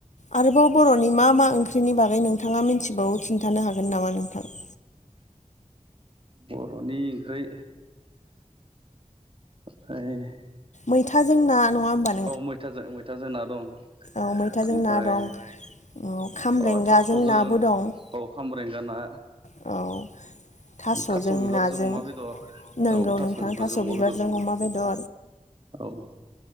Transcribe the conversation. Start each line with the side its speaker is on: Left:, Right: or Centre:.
Left: आरोबाव बर'नि मा मा ओंख्रिनि बागै नोंथाङा मिथिबावो खिन्थानो हागोन नामा नोंथां?
Right: बर'नि ओंख्रि ज
Left: मैथाजों ना नङा होमबा नों
Right: औ मैथाजों मैथाजों ना दं।
Left: औ मैथाजों
Right: ओमफ्राय
Left: ना दं, औ खामब्रेंगाजों
Right: अ थास'जों
Left: नाबो दं।
Right: औ खामब्रेंगा ना।
Left: औ। थास'जों
Right: थास' बिबारजों
Left: नाजों
Right: अमा बेदर।
Left: नोंगौ
Right: औ थास'
Left: नोंथां
Right: बिबारजों अमा बेदरजोंबो।
Left: अमा बेदर
Right: औ।